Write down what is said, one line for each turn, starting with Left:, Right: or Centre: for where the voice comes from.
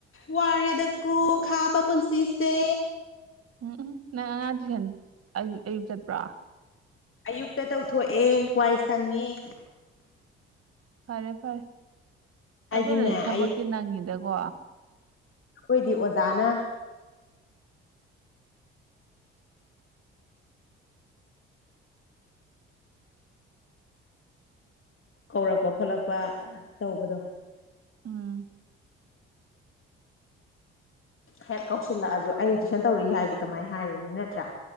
Left: ꯋꯥꯔꯦꯗꯀꯣ ꯈꯥꯕ ꯄꯨꯟꯁꯤꯁꯦ
Right: ꯎꯝ ꯎꯝ ꯅꯪ ꯑꯉꯥꯡ ꯇꯨꯏꯁꯟ ꯑꯌꯛ ꯑꯌꯨꯛ ꯆꯠꯄ꯭ꯔꯥ
Left: ꯑꯌꯨꯛꯇ ꯇꯧꯊꯣꯛꯑꯦ ꯋꯥꯏ ꯁꯪꯉ
Right: ꯐꯔꯦ ꯐꯔꯦ
Left: ꯍꯥꯏꯗꯤꯅꯦ
Right: ꯑꯗꯨꯅꯗꯤ
Left: ꯑꯩ
Right: ꯊꯕꯛꯇꯤ ꯅꯪꯉꯤꯗꯀꯣ
Left: ꯑꯩꯈꯣꯏꯗꯤ ꯑꯣꯖꯥꯅ ꯀꯧꯔꯛꯄ ꯈꯣꯠꯂꯛꯄ ꯇꯧꯕꯗꯣ
Right: ꯎꯝ
Left: ꯍꯦꯛ ꯀꯧꯁꯤꯜꯂꯛꯑꯁꯨ ꯑꯩ ꯇꯨꯏꯁꯟ ꯇꯧꯔꯛꯏ ꯍꯥꯏꯗꯤ ꯀꯃꯥꯏꯅ ꯍꯥꯏꯔꯨꯅꯤ ꯅꯠꯇ꯭ꯔꯥ